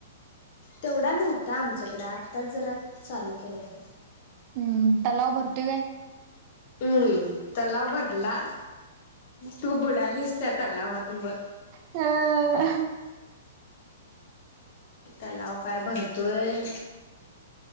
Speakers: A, on the left; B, on the right.
A: तेवढा नव्हता आमच्याकडे, आत्ताच जरा चालू केलाय बघ.
B: हम्म, तलाव भरतोय काय?
A: हम्म तलाव भरला तू, बुडालीस त्या तलावात म,
B: ह,
A: तलाव काय भरतोय,